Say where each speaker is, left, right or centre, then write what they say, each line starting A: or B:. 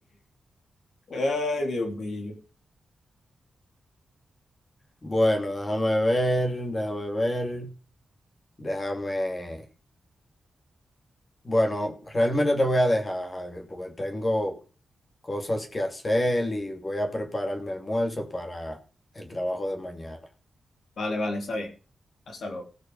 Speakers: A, on the left; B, on the left.
A: Ay, Dios mío.
B: Bueno, déjame ver, déjame ver, déjame. Bueno, realmente te voy a dejar, Javi, porque tengo cosas que hacer y voy a preparar mi almuerzo para el trabajo de mañana.
A: Vale, vale, está bien. Hasta luego.